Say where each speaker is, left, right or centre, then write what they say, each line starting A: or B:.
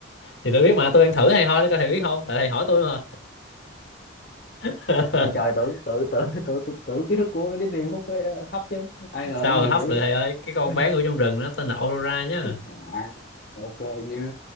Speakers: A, on the left; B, on the left.
A: Thì tôi biết mà, tôi đang thử thầy thôi, coi thầy biết không? Tại thầy hỏi tôi mà. <laughs>
B: ờ trời tưởng tưởng tưởng tưởng tưởng, tưởng kiến thức của Disney Phúc phải ờ, thấp chứ ai ngờ
A: Sao
B: cũng nhiều
A: rồi hấp
B: dữ
A: lại thầy ơi, cái con
B: <laughs>
A: bé ngủ trong rừng nó tên là Aurora nhá.
B: à, ok nha